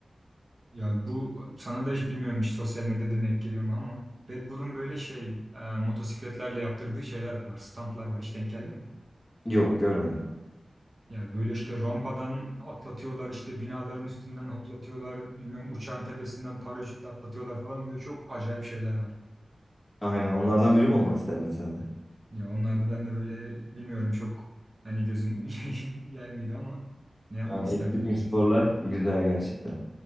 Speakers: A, on the right; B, on the left.
A: Ya bu sana da hiç bilmiyorum hiç sosyal medyada denk geliyor mu ama Red Bull'un böyle şey e, motosikletlerle yaptırdığı şeyler var. Standlar var. Hiç denk geldi mi?
B: Yok görmedim.
A: Ya böyle işte rampadan atlatıyorlar işte binaların üstünden hoplatıyorlar bilmem uçağın tepesinden paraşütle atlatıyorlar falan böyle çok acayip şeyler var.
B: Aynen onlardan biri mi olmak isterdin sen de?
A: Ya onlar da ben de böyle bilmiyorum çok hani gözüm <laughs> gelmedi ama ne yapmak
B: Yani
A: isterdim
B: ekstrem
A: denemek
B: sporlar
A: isterdim.
B: güzel gerçekten.